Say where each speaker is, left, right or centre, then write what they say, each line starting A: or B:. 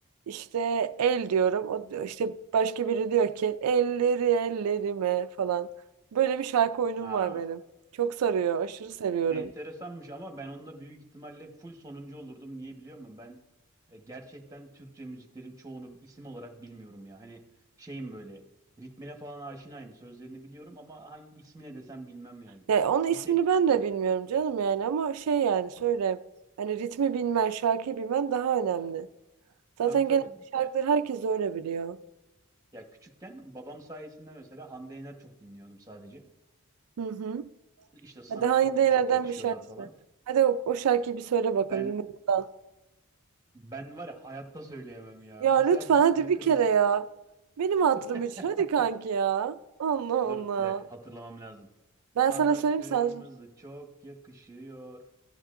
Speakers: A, on the right (about 85°); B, on the right (about 15°).
A: işte el diyorum. O diyor- işte başka biri diyor ki elleri ellerime falan. Böyle bir şarkı oyunum
B: Ha.
A: var benim. Çok sarıyor. Aşırı seviyorum.
B: Enteresanmış ama ben onunla büyük ihtimalle full sonuncu olurdum. Niye biliyor musun? Ben e, gerçekten Türkçe müziklerin çoğunu isim olarak bilmiyorum ya. Hani şeyim böyle ritmine falan aşinayım. Sözlerini biliyorum ama hangi ismine desem bilmem yani.
A: Ya onun ismini
B: Bir tek
A: ben de bilmiyorum canım yani ama şey yani söyle. Hani ritmi bilmen, şarkıyı bilmen daha önemli. Zaten
B: tabii tabii
A: genelde şarkıları
B: e,
A: herkes öyle biliyor.
B: Ya küçükken babam sayesinde mesela Hande Yener çok dinliyordum sadece.
A: Hı hı.
B: İşte sana
A: Hadi Hande
B: kırmızı
A: Yener'den
B: çok yakışıyorlar
A: bir şarkı
B: falan.
A: söyle. Hadi o, o şarkıyı bir söyle bakalım
B: Ben
A: bir mırıldan.
B: ben var ya hayatta söyleyemem ya.
A: Ya
B: Ben sadece
A: lütfen hadi
B: sana
A: bir
B: kırmızı
A: kere ya. Benim hatırım
B: <laughs>
A: için hadi kanki ya. Allah Allah.
B: Dur bir dakika hatırlamam lazım.
A: Ben
B: Sana
A: sana söyleyeyim
B: kırmızı
A: sen sor.
B: çok yakışıyor.